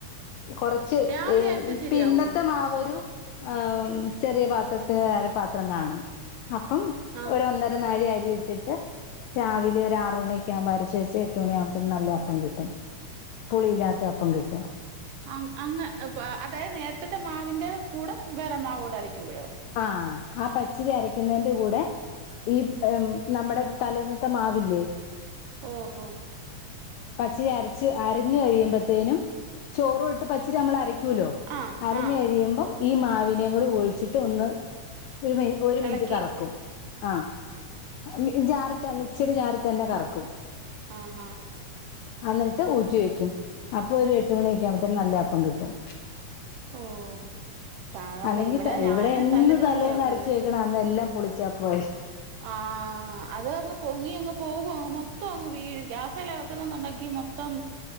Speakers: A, on the left; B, on the right.
A: കുറച്ച്
B: രാവിലെ
A: ഏ
B: അരച്ച ശരിയാവോ
A: പിന്നത്തെ മാവൊരു ആഹ്ചെറിയ പാത്രത്തി അര പാത്രം കാണും അപ്പം
B: ആഹ്
A: ഒരു ഒന്നര നാഴി ആയി ഇട്ടിട്ട് രാവിലെഒരുആറുമണിയൊക്കആകുമ്പ അരച്ചു വെച്ച് എട്ടുമണിയാവുമ്പത്തിന്ന നല്ല അപ്പം കിട്ടും പുളിയില്ലാത്ത അപ്പം കിട്ടും
B: അ അങ്ങ് അ അതായത് നേരത്തെ മാവിന്റെ കൂടെ വേറെ മാവ് കൂടെ ആയിരിക്കുമ്പോഴോ?
A: ആഹ്ആ പച്ചിരി അരക്കുന്നന്റെ കൂടെ ഈ നമ്മുടെ തലേന്നത്തെ മാവില്ലേ?
B: ഓഹോ
A: പച്ചിരി അരച്ച് അരഞ്ഞ കഴിയുമ്പത്തേനും ചോറും ഇട്ട് പച്ചിരി നമ്മൾ അര ലോ
B: ആഹ്
A: അരഞ്ഞ
B: ആഹ്
A: കഴിയുമ്പം ഈ മാവിനേയും കൂടെ ഒഴിച്ചിട്ട് ഒന്ന് ഒരു മ ഒരു മിനിറ്റ്
B: എളക്കി
A: കറക്കും ആഹ് മി ജാറ്ത്തെ മിക്സിടെ ജാറി തന്നെ കറക്കും
B: ആഹാ
A: അന്നിട്ട് ഊറ്റി വെക്കും അപ്പൊ ഒരു എട്ട് മണി ഒക്കെ ആകുമ്പത്തേ നല്ല അപ്പം കിട്ടും
B: ഓഹ് സാധാരണ
A: അല്ലെങ്കി ത
B: ഞാന്
A: ഇവിടെ എന്ന്
B: തലേദിവസാ
A: തലേന്ന്
B: വെക്കുന്നെ
A: അരച് വെക്ന്നോ അന്ന് എല്ലാം പുളിച്ചാ പോയി
B: ആഹ് അത് അങ്ങ് പൊങ്ങിഅങ്ങ് പോകും അങ് മൊത്തം അങ്ങ് വീഴു ഗ്യാസെലാ വെക്കുന്നന്നുണ്ടെങ്കി മൊത്തം